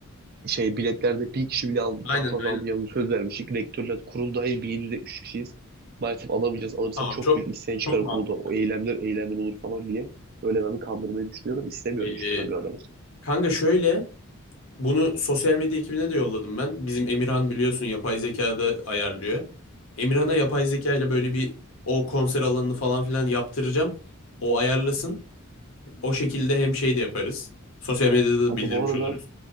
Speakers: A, on the right (about 45°); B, on the left (about 65°).
A: Şey biletlerde bir kişi bile aldı,
B: Aynen
A: daha fazla
B: aynen.
A: almayacağımızı söz vermiştik. Rektörler kurul dahil 1773 kişiyiz. Maalesef alamayacağız. Alırsak
B: Tamam
A: çok
B: çok
A: büyük isyan çıkar
B: çok
A: okulda.
B: mantıklı.
A: O eylemler eylemler olur falan diye. Öyle ben bir kandırmayı düşünüyorum. İstemiyorum
B: Ee,
A: çünkü kanka adamı.
B: kanka şöyle bunu sosyal medya ekibine de yolladım ben. Bizim Emirhan biliyorsun yapay zekada ayarlıyor. Emirhan'a yapay zeka ile böyle bir o konser alanını falan filan yaptıracağım. O ayarlasın. O şekilde hem şey de yaparız. Sosyal medyada da
A: Kanka
B: bildirmiş
A: bu arada
B: oluruz.